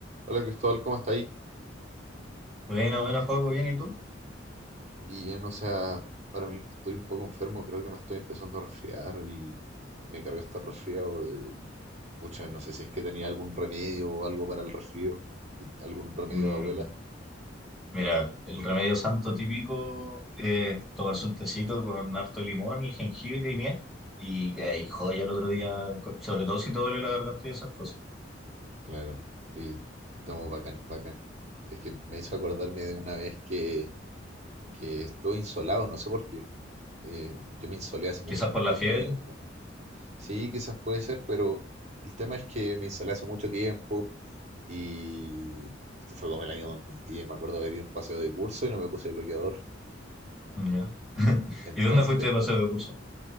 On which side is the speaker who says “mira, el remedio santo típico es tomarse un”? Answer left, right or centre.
Centre